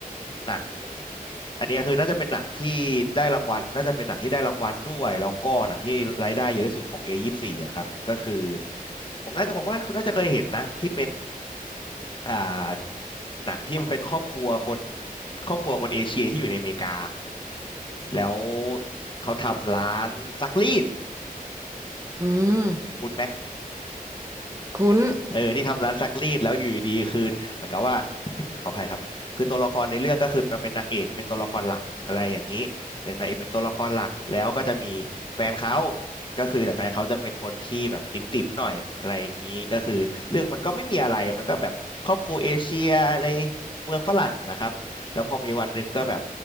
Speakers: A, on the left; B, on the right.
A: หนังอันนี้คือน่าจะเป็นหนังที่ได้รางวัลน่าจะเป็นหนังที่ได้รางวัลด้วยแล้วก็หนังที่รายได้เยอะที่สุดของ A24 อยี่สิบสี่อะครับก็คือผมน่าจะผมว่าคุณน่าจะเคยเห็นนะที่เป็น อ่าหนังที่มันเป็นครอบครัวคนครอบครัวคนเอเชียที่อยู่ในอเมริกา แล้วเขาทำร้านซักรีด
B: อืม
A: คุณคุณไหม
B: คุ้น
A: เออที่ทำร้านซักรีดแล้วอยู่ดีๆคือเหมือนกับว่า <coughs> ขออภัยครับคือตัวละครในเรื่องก็คือมาเป็นนางเอกเป็นตัวละครหลักอะไรอย่างนี้เป็นนางเอกเป็นตัวละครหลักแล้วก็จะมีแฟนเขาก็คือแต่แฟนเขาจะเป็นคนที่แบบติ่มๆหน่อยอะไรอย่างนี้ก็คือเรื่องมันก็ไม่มีอะไรมันก็แบบครอบครัวเอเชียในเมืองฝรั่งนะครับแล้วพอมีวันหนึ่งก็แบบ